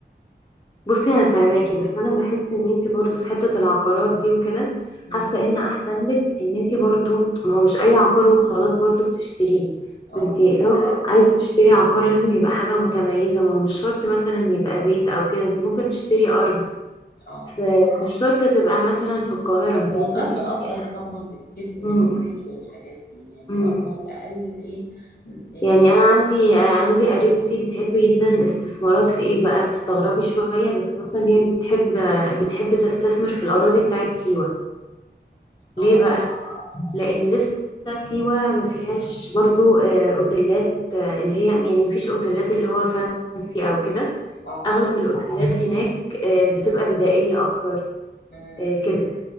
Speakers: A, on the left (about 25°); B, on the left (about 60°).
A: بصي انا فهماكي بس انا بحس ان انت برضو في حته العقارات دي وكده
B: مم.
A: حاسه ان احسن لك ان انت برضو ما هو مش اي عقار وخلاص برضو بتشتريه
B: اه
A: انت لو عايزه تشتري عقار لازم يبقى حاجه متميزه ما هو مش شرط مثلا يبقى بيت او كده انت ممكن تشتري ارض
B: اه
A: فمش شرط تبقى مثلا في القاهره انت
B: هو
A: ممكن
B: الارض
A: تشتري
B: افضل طبعا بكتير من
A: مم.
B: البيوت والحاجات دي يعني
A: مم.
B: الارض على الاقل ايه م- ايه
A: يعني انا عندي عندي قريبتي بتحب جدا استثمارات في ايه بقى تستغربي شوية بس مثلا هي بتحب بتحب تستثمر في الاراضي بتاعت سيوة ليه
B: اه
A: بقى لان
B: ليه
A: لسه سيوة
B: اه
A: ما فيهاش برضو آه، اوتيلات آه، اللي هي يعني ما فيش اوتيلات اللي هو فانسي او كده
B: اه
A: اغلب الاوتيلات هناك آه، بتبقى بدائية اكتر
B: مم.
A: آه، كده